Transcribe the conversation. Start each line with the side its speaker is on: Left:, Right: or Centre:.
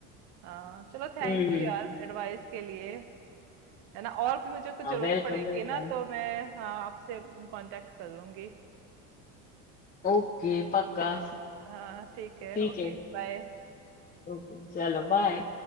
Right: हाँ चलो थैंक
Left: हम्म
Right: यू यार एडवाइस के लिए है ना और भी मुझे कुछ जरूरत
Left: Welcome
Right: पड़ेगी
Left: welcome
Right: ना तो मैं हाँ आपसे कांटेक्ट कर लूंगी
Left: ओके <laughs> पक्का
Right: हाँ ठीक है
Left: ठीक
Right: ओके
Left: है
Right: बाय
Left: ओके चलो बाय